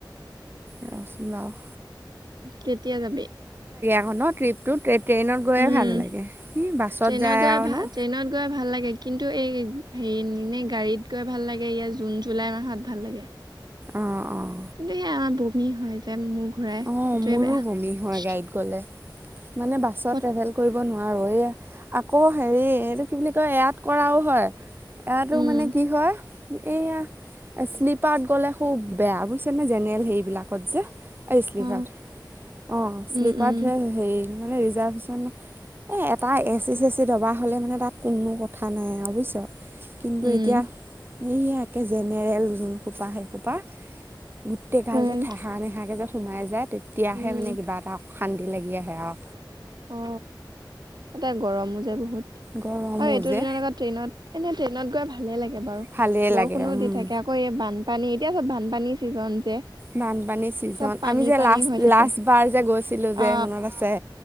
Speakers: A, on the right (about 25°); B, on the right (about 60°).
A: ৰ'চোন বাৰু।
B: কেতিয়া যাবি?
A: অ ন ট্ৰিপটো ট্ৰেইনত গৈয়ে
B: উম
A: ভাল লাগে ই বাছত
B: ট্ৰেইনত
A: যায়
B: গৈ
A: আৰু
B: ভাল
A: ন।
B: ট্ৰেইনত গৈ ভাল লাগে কিন্তু এই হেৰি এনে গাড়ীত গৈ ভাল লাগে ইয়াৰ জুন জুলাই মাহত ভাল লাগে।
A: অঁ অঁ
B: কিন্তু সেই আমাৰ বমি হয় যে মোৰ ঘূৰাই
A: অঁ
B: সেইটোৱে
A: মোৰো
B: বেয়া।
A: বমি হয় গাড়ীত গ'লে মানে বাছত
B: পত-
A: ট্ৰেভেল কৰিব নোৱা ৰো এই আকৌ হেৰি এইটো কি বুলি কয় ইয়াত কৰাও হয়। এয়াতো
B: উম
A: মানে কি হয়? এয়া শ্লিপাৰত গলে খুব বেয়া বুজিছা নে জেনেৰেল হেবিলাকত যে। এই শ্লিপাৰ
B: অ
A: অঁ
B: উম
A: শ্লীপাৰ
B: উম
A: হেৰি মানে ৰিজাৰ্ভেশ্যন- এ এটা এচি চেচি দবা হ'লে মানে তাত কোনো কথা নাই আৰু বুজিছোঁ। কিন্তু
B: উম
A: এতিয়া সাকে জেনেৰেল যোন খোপা সেই খোপা। গোটেই কাল
B: উম
A: যে নেহাকে যে সোমাই যায় তেতিয়াহে
B: উম
A: মানে কিবা এটা শান্তি লাগি আহে আৰু।
B: অ ততে গৰমো যে বহুত।
A: গৰমো
B: অ এইটো
A: যে
B: দিনৰ আগত ট্ৰেইনত এনে ট্ৰেইনত গৈ ভালে লাগে। গে বাৰু
A: ভালেই
B: বৰষুণো
A: লাগে উম
B: দি থাকে আকৌ এই বানপানী এতিয়া চব বানপানী ছিজন যে।
A: বানপানী চিজন
B: চব পানী
A: আমি যে
B: পানী
A: লাষ্ট
B: হৈ থাকে
A: লাষ্ট বাৰ যে গৈছিলোঁ যে
B: অ
A: মনত আছে।